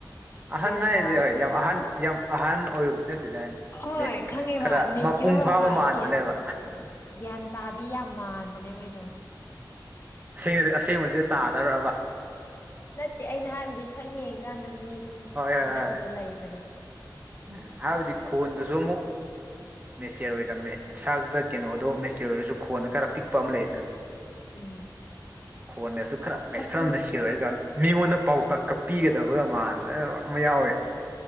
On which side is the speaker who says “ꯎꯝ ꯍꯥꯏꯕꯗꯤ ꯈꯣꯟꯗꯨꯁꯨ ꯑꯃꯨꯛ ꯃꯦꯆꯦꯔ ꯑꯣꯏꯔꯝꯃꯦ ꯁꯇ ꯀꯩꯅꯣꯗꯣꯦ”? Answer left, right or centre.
Right